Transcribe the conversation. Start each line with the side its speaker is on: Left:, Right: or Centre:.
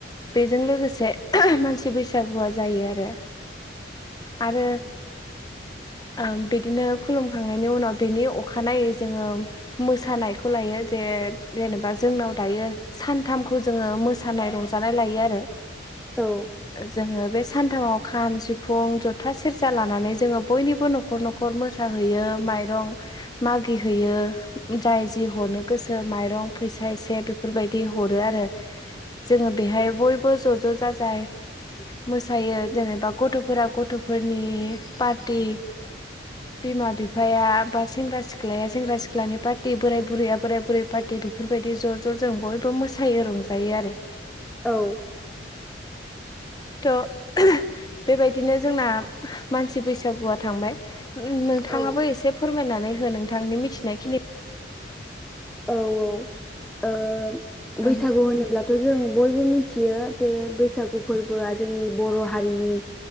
Left: बेजों लोगोसे मानसि बैसागुआ जायो आरो आरो ओ बिदिनो खुलुमखांनायनि उनाव बिनि अखानायै जोङो मोसानायखौ लायो जे जेनेबा जोंनाव दायो सानथामखौ जोङो मोसानाय रंजानाय लायो आरो
Centre: औ
Left: जोङो बे सानथामाव खाम सिफुं जथा सेरजा लानानै जोङो बयनिबो न' खर न'खर मोसाहैयो माइरं मागि हैैयो जाय जि हरनो गोसो माइ माइरं फैसा एसे बेफोरबायदि हरो आरो जोङो बेहाय बयबो ज ज जाजाय मोसायो जेनेबा गथ'फोरा गथ'फोरनि पार्टि बिमा बिफाया बा सेंग्रा सिख्लाया सेंग्रा सिख्लानि पार्टि बोराय बुरैया बोराय बुरै पार्टि दे बेफोरबायदि ज ज जों बयबो मोसायो रंजायो आरो
Centre: औ
Left: थ' बेबायदिनो जोंना मानसि बैसागुआ थांबाय नोंथाङाबो
Centre: औ
Left: एसे फोरमायनानै हो नोंथांनि मिथिनायखिनि
Centre: औ औ ओ बैसागु
Left: ओं
Centre: होनोब्लाथ' जों बयबो मिथियो बे बैसागु फोर- बोआ जोंनि बर' हारिनि